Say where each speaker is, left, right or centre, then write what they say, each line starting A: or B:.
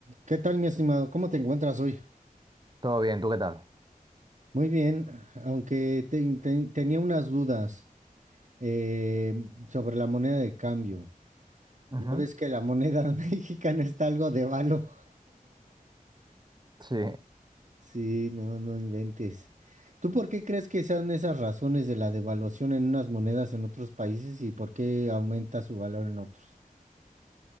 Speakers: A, on the right; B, on the right.
A: ¿Qué tal, mi estimado? ¿Cómo te encuentras hoy?
B: Todo bien, ¿tú qué tal?
A: Muy bien, aunque te- te- tenía unas dudas eh, sobre la moneda de cambio.
B: Ujú,
A: Ya ves que la moneda <laughs> mexicana está algo de valo.
B: Sí.
A: Sí, no, no inventes. ¿Tú por qué crees que sean esas razones de la devaluación en unas monedas en otros países y por qué aumenta su valor en otros?